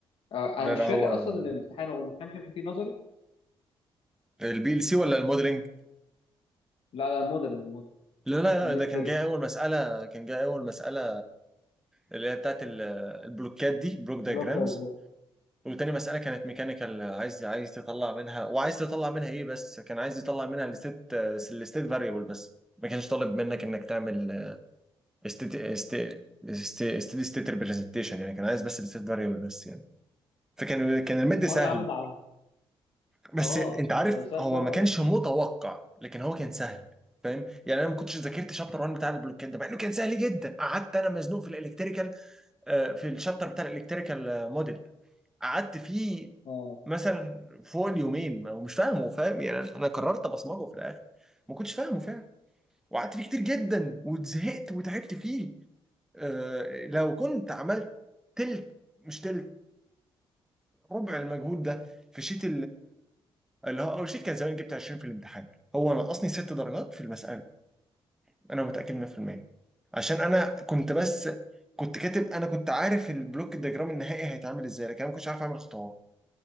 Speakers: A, on the left; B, in the centre.
A: آه،
B: لا
A: انا مش
B: لا
A: فاكر
B: هو
A: اصلا الامتحان هو الامتحان كان فيه نظري
B: البي ال سي ولا الموديلنج
A: لا لا مودرنج
B: لا لا
A: الميد
B: ده كان
A: ترم
B: جاي اول مساله كان جاي اول مساله اللي هي بتاعت ال- البلوكات دي بلوك دايجرامز
A: بلوك دايجرام
B: وتاني مساله كانت ميكانيكال عايز عايز تطلع منها وعايز تطلع منها ايه بس كان عايز يطلع منها الستيت الستيت فاريبل بس ما كانش طالب منك انك تعمل ستيت ستيت ستيت ريبريزنتيشن يعني كان عايز بس الستيت فاريبل بس يعني فكان كان المد
A: ما
B: سهل
A: يا عم ده عم
B: بس
A: اه
B: انت عارف
A: بس هي
B: هو
A: سهله
B: ما كانش
A: قوي
B: متوقع لكن هو كان سهل فاهم يعني انا ما كنتش ذاكرت شابتر 1 بتاع البلوكات ده مع انه كان سهل جدا قعدت انا مزنوق في الالكتريكال آه، في الشابتر بتاع الالكتريكال موديل قعدت فيه
A: اه
B: مثلا فوق اليومين ما- ومش فاهمه فاهم يعني انا قررت ابصمجه في الاخر ما كنتش فاهمه فعلا وقعدت فيه كتير جدا وزهقت وتعبت فيه آه، لو كنت عملت تلت مش تلت ربع المجهود ده في شيت اللي هو اول شيء كان زمان جبت 20 في الامتحان هو نقصني ست درجات في المساله انا متاكد 100% عشان انا كنت بس كنت كاتب انا كنت عارف البلوك الدياجرام النهائي هيتعمل ازاي لكن انا ما كنتش عارف اعمل خطوات